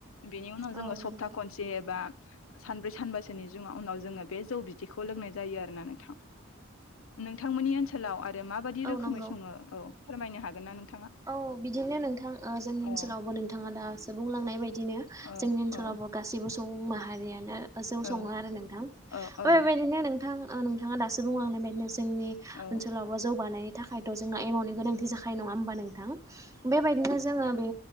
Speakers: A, on the left; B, on the right.
A: बिनि उनाव जों
B: औ
A: स'बता
B: नंगौ
A: खनसेबा सानब्रै सानबोसोनि जो उनाव जोङो बे जौ बिदैखौ लोंनाय जायो आरोना नोंथां। नोंथांमोननि ओनसोलाव आरो माबायदि
B: औ
A: रोखोमै
B: नंगौ
A: सङो औ फोरमायनो हागोन ना नोंथ
B: औ बिदिनो नोंथां जोंनि ओनसोलावबो
A: औ
B: नोंथाङा दासो बुंलांनाय बायदिनो
A: औ
B: जोंनि ओनसोलाव।
A: औ
B: ब गाससिबो सुबुं माहारियानोजौ
A: औ
B: सङो आरो नोंथां ओबिबादिनो
A: औ औ
B: बेबायदिनोंथां। नोंथां नोंथाङा दासो बुंलांनाय बायदिनो जोंनि
A: औ
B: ओनसोलावबो जौवबानाय थाखायथ' जोंना एमाउन्टनि गोनांथि जाखानाय नङा होमबा नोंथां बेबायदिनो जोङो बे